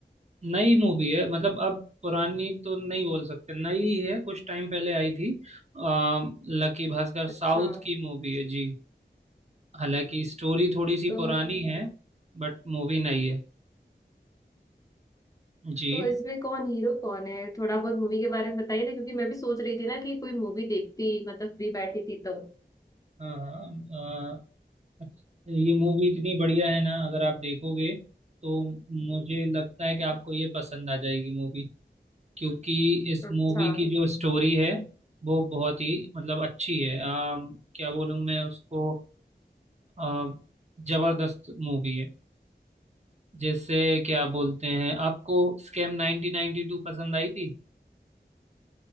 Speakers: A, on the right (about 40°); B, on the left (about 20°).
A: नई मूवी है मतलब अब पुरानी तो नहीं बोल सकते नई है कुछ टाइम पहले आई थी आ, लकी भास्कर
B: अच्छा
A: साउथ की मूवी है जी हालांकि स्टोरी थोड़ी सी
B: तो
A: पुरानी है बट मूवी नई है जी
B: तो इसमें कौन हीरो कौन है थोड़ा बहुत मूवी के बारे में बताइए ना क्योंकि मैं भी सोच रही थी ना कि कोई मूवी देखती मतलब फ्री बैठी थी तो
A: हाँ हाँ अ, ये मूवी इतनी बढ़िया है ना अगर आप देखोगे तो मुझे लगता है कि आपको ये पसंद आ जाएगी मूवी क्योंकि इस
B: अच्छा
A: मूवी की जो स्टोरी है वो बहुत ही मतलब अच्छी है आ, क्या बोलूँ मैं उसको अ, जबरदस्त मूवी है जैसे क्या बोलते हैं आपको स्कैम 1992 पसंद आई थी